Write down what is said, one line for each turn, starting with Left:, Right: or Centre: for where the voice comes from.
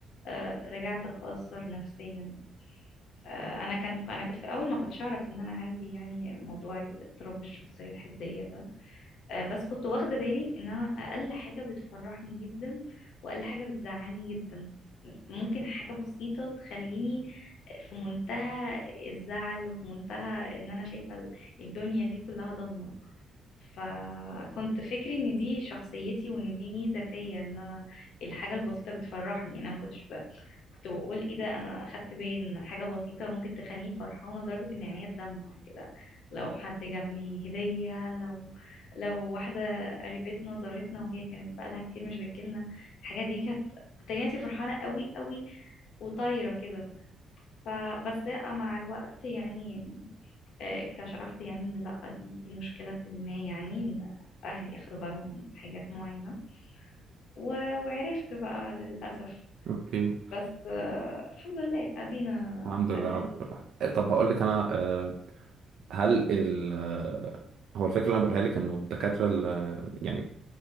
Left: آه رجعت اتأثر نفسيا آه انا كنت انا كنت في الاول ما كنتش اعرف ان انا عندي يعني موضوع الاضطراب الشخصية الحدية ده آه، بس كنت واخدة بالي ان انا اقل حاجة بتفرحني جدا واقل حاجة بتزعلني جدا ممكن حاجة بسيطة تخليني في منتهى الزعل وفي منتهى ان انا شايفة ال- الدنيا دي كلها ضلمة فكنت فكري ان دي شخصيتي وان دي ميزة فيا ان انا الحاجة البسيطة بتفرحني انا ما كنتش ب- كنت بقول ايه ده انا اخدت بالي ان حاجه بسيطه ممكن تخليني فرحانه لدرجه ان عينيا تدمع كده لو حد جاب لي هديه لو لو واحده قريبتنا زارتنا وهي كانت بقالها كتير مش بتجيلنا الحاجه دي كانت كنت ألاقي نفسي فرحانه قوي قوي وطايره كده فبس لأ، مع الوقت يعني آه، اكتشفت يعني ان لا دي دي مشكله ما يعني ان اهلي اخدوا بالهم من حاجات معينه و- وعرفت بقى للاسف
Right: اوكي
Left: بس آه، الحمد لله ادينا
Right: الحمد لله
Left: ادينا
Right: على كل حال آه، طب هقول لك انا آه، هل ال آه، هو الفكره اللي انا بقولها لك انه الدكاتره ال- آه، يعني